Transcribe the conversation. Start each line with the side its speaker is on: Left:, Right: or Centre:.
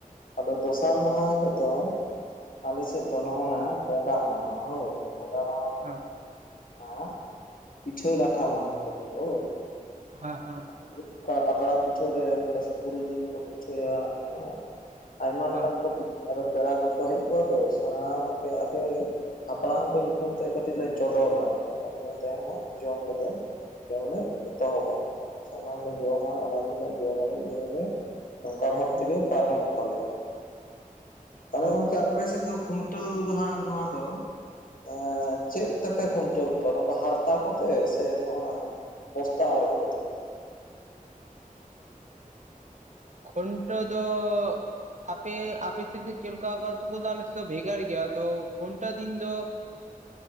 Left: ᱟᱫᱚ ᱫᱚᱥᱟᱨ ᱢᱟᱦᱟ ᱦᱤᱞᱳᱜ ᱫᱚ ᱟᱞᱮ ᱥᱮᱫ ᱫᱚ ᱱᱚᱜ-ᱚᱱᱟ ᱵᱚᱸᱜᱟᱜ ᱢᱟᱦᱟ ᱦᱳᱭ, ᱵᱚᱸᱜᱟ ᱢᱟᱦᱟ
Right: ᱦᱚᱸ
Left: ᱟᱸ ᱯᱤᱴᱷᱟᱹ ᱞᱟᱴᱷᱟ ᱢᱟᱦᱟ ᱠᱚ ᱞᱮᱭᱟ ᱦᱳᱭ᱾
Right: ᱦᱮᱸ ᱦᱮᱸ
Left: <unintelligible> ᱠᱟ ᱯᱟᱛᱲᱟ ᱯᱤᱴᱷᱟᱹ ᱨᱮ ᱱᱚᱝᱠᱟ ᱥᱩᱠᱨᱤ ᱡᱤᱞ ᱠᱚ ᱯᱤᱴᱷᱟᱹᱭᱟ ᱦᱮᱸ᱾ ᱟᱭᱢᱟ
Right: ᱦᱮᱸ
Left: ᱞᱮᱠᱟᱱ <unintelligible> ᱟᱫᱚ ᱯᱮᱲᱟ ᱠᱚᱠᱚ ᱦᱮᱡ ᱠᱚᱜᱟ ᱛᱚ ᱥᱟᱱᱟᱢᱟᱜ ᱜᱮ <inaudible> ᱦᱟᱯᱲᱟᱢ ᱠᱚ ᱧᱩᱛᱩᱢ ᱛᱮ ᱠᱟᱹᱴᱤᱡ ᱞᱮ ᱪᱚᱰᱚᱨᱟ ᱤᱱᱟᱹ ᱛᱟᱭᱚᱢ ᱦᱟᱸᱜ ᱡᱚᱢ ᱞᱮᱠᱟ ᱡᱚᱢ ᱞᱮ ᱮᱛᱚᱦᱚᱵᱟ᱾ ᱥᱟᱱᱟᱢ ᱞᱮ ᱡᱚᱢᱟ ᱚᱱᱟ ᱫᱤᱱ ᱫᱚ ᱦᱟᱸᱜ ᱡᱚᱢᱟᱞᱮ ᱧᱩᱭᱟᱞᱮ ᱱᱚᱝᱠᱟ ᱵᱷᱟᱵ
Right: ᱦᱮᱸ
Left: ᱛᱮᱜᱮ ᱯᱟᱨᱚᱢᱚᱜ ᱛᱟᱞᱮᱭᱟ᱾ ᱛᱟᱦᱞᱮ
Right: ᱦᱮᱸ
Left: ᱜᱚᱝᱠᱮ ᱟᱯᱮ ᱥᱮᱫ ᱫᱚ ᱠᱷᱩᱱᱴᱟᱹᱣ ᱫᱚ ᱦᱟᱸᱜ ᱱᱚᱣᱟ ᱫᱚ ᱮᱸ ᱪᱮᱜ ᱛᱮᱯᱮ ᱠᱷᱩᱱᱴᱟᱹᱣ ᱠᱚᱣᱟ ᱱᱚᱠᱟ ᱦᱟᱨᱛᱟ ᱠᱚᱛᱮ ᱥᱮ ᱱᱚᱜ-ᱱᱟ ᱵᱚᱥᱛᱟ ᱚᱲᱮᱡ ᱠᱚᱛᱮ?
Right: ᱠᱷᱩᱱᱴᱟᱹᱣ ᱫᱚ ᱟᱯᱮ ᱟᱯᱮ ᱥᱮᱫ ᱫᱚ ᱪᱮᱞᱠᱟ ᱚᱠᱟ ᱟᱹᱛᱩ ᱠᱚᱫᱚ ᱟᱞᱮ ᱥᱮᱜ ᱫᱚ ᱵᱷᱮᱜᱟᱨ ᱜᱮᱭᱟ ᱟᱫᱚ ᱠᱷᱩᱱᱴᱟᱹᱣ ᱫᱤᱱ ᱫᱚ
Left: <unintelligible>